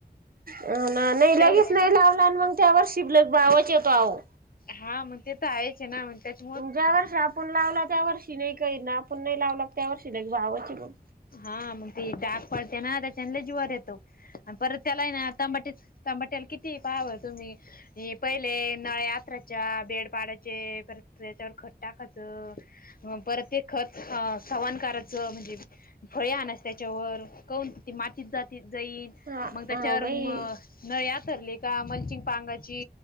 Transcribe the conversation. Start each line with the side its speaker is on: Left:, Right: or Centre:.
Right: अ ना नाही
Left: तेवढंच
Right: लगेच नाही लावला, आणि मंग त्यावर्षी लय बावच येतो आहो
Left: हा मग ते तर आहेच आहे ना मग त्याचे
Right: ज्या वर्षी आपुण लावला त्या वर्षी नाही काही, आपुण नाही लावला त्या वर्षी लय भावच येतो.
Left: हा मग ते डाग पडते ना त्याच्यानी लय जीवावर येतो, आणि परत त्याला आहे ना तंबाटीच तंबाट्याला किती पाहाव तुम्ही, ते पहिले नळ्या खच्या बेड पाडायचे परत त्येच्यावर खत टाकायचं. अ परत ते खत सवान करायचं म्हणजे फळे आणायचे त्याच्यावर कोन ती मातीत जाती जाईन,
Right: हा
Left: मग त्याच्यावर
Right: हा बाई
Left: म नळ्या करली का मलचिंग पांगाची,